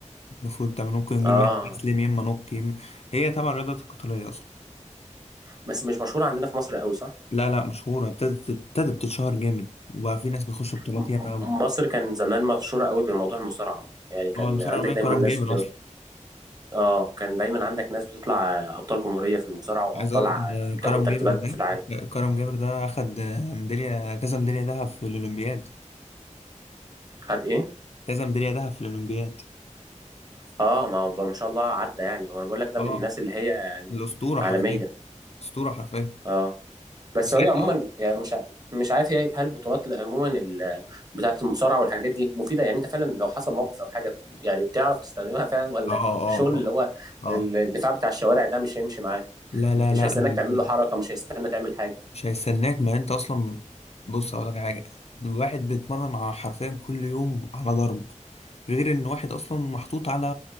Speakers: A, on the left; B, on the right.
A: المفروض تعمل نوك يما
B: اه
A: تسلم يما نوك يما هي طبعا الرياضة القتالية اصلا
B: بس مش مشهورة عندنا في مصر قوي صح
A: لا لا مشهورة ابتدت ابتدت تتشهر جامد وبقى في ناس بتخش بطولات
B: م-
A: ياما
B: م-
A: قوي
B: مصر كان زمان مشهورة قوي بموضوع المصارعة يعني كان
A: هو المصارع
B: عندك
A: الروماني
B: دايما
A: كرم
B: ناس
A: جابر اصلا
B: اه كان دايما عندك ناس بتطلع ابطال جمهوريه في المصارعه وابطال
A: عايز اقول لك
B: ع-
A: ان
B: بتاخد
A: كرم
B: ترتيبات
A: جابر ده
B: في العالم
A: كرم جابر ده اخد ميدالية كذا ميدالية ذهب في الاولمبياد
B: خد ايه
A: كذا ميدالية ذهب في الاولمبياد
B: اه ما هو بقى ما شاء الله عدى يعني هو انا بقول لك ده
A: اه
B: من الناس اللي هي يعني
A: الاسطورة
B: عالميه
A: حرفيا اسطورة حرفيا
B: اه بس
A: وساعتها
B: هي عموما يعني مش ع- مش عارف هي هل البطولات اللي عموما ال- بتاعه المصارعه والحاجات دي مفيده يعني انت فعلا لو حصل موقف او حاجه يعني بتعرف تستخدمها فعلا ولا
A: اه اه
B: الشغل
A: اه
B: اللي هو
A: اه
B: الدفاع بتاع الشوارع ده مش هيمشي معاه
A: لا
B: مش
A: لا لا
B: هيستناك
A: ال- ال-
B: تعمل له حركه مش هيستنى تعمل حاجه
A: مش هيستناك ما انت اصلا بص اقول لك حاجه الواحد بيتمرن على حرفيا كل يوم على ضرب غير ان واحد اصلا محطوط على